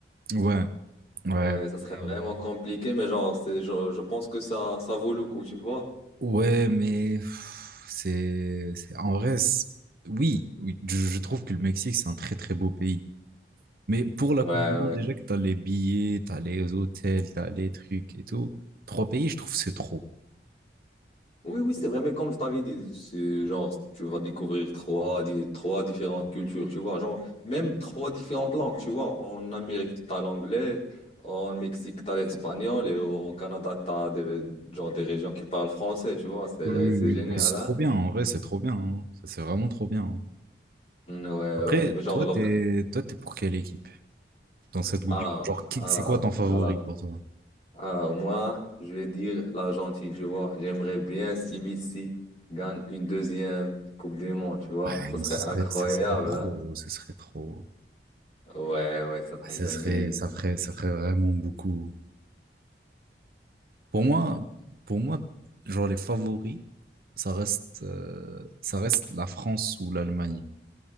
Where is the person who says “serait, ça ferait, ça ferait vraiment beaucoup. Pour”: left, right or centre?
Right